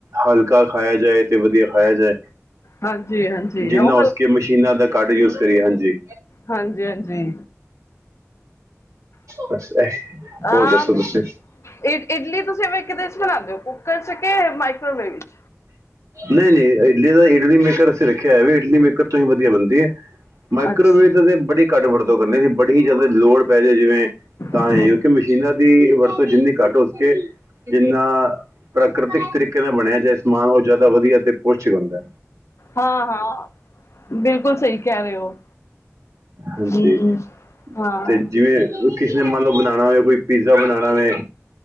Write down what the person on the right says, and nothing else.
ਹਲਕਾ ਖਾਇਆ ਜਾਏ ਤੇ ਵਧੀਆ ਖਾਇਆ ਜਾਏ।
ਜਿੰਨਾ
ਹੋ
ਸਕੇ ਮਸ਼ੀਨਾਂ ਦਾ ਘੱਟ ਯੂਜ ਕਰੀਏ, ਹਾਂਜੀ।
ਬਸ ਐ,
ਹੋਰ ਦੱਸੋ
ਤੁਸੀਂ?
ਨਈ- ਨਈ, ਇਡਲੀ ਦਾ ਇਡਲੀ ਮੇਕਰ ਅਸੀਂ ਰੱਖਿਆ ਹੋਇਆ ਵੇ ਇਡਲੀ ਮੇਕਰ ਤੋਂ ਹੀ ਵਧੀਆ ਬਨਦੀ ਏ। ਮਾਈਕ੍ਰੋਵੇਵ
ਦਾ ਤੇ ਬੜੀ ਘੱਟ ਵਰਤੋਂ ਕਰਨੀ ਸੀ। ਬੜੀ ਜ਼ਿਆਦਾ ਲੋੜ ਪੈ ਜੇ ਜਿਵੇਂ। ਤਾਂ
ਈ ਕਿਉਂਕਿ ਮਸ਼ੀਨਾਂ ਦੀ ਵਰਤੋਂ ਜਿੰਨੀ ਘੱਟ ਹੋ ਸਕੇ ਜਿੰਨਾ ਪ੍ਰਾਕ੍ਰਿਤਿਕ ਤਰੀਕੇ ਨਾਲ ਬਣਿਆ ਜਾਏ ਸਮਾਨ ਓ ਜਾ ਜਾਦਾ ਵਧੀਆ ਤੇ ਪੋਸ਼ਟਿਕ ਹੁੰਦੈ।
ਹਾਂਜੀ,
ਤੇ ਜਿਵੇਂ ਕਿਸੇ ਨੇ ਮੰਨ ਲਓ ਬਣਾਣਾ ਹੋਏ, ਕੋਈ ਪੀਜ਼ਾ ਬਣਾਣਾ ਹੋਏ